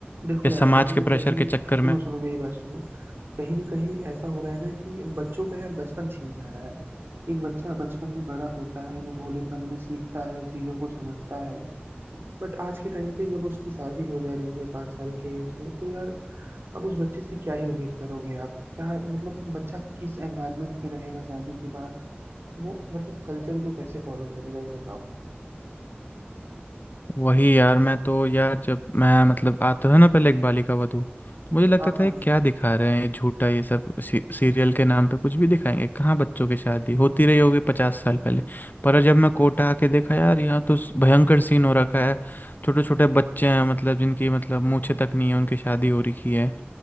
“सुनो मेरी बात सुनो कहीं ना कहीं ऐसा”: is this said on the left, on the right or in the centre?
Right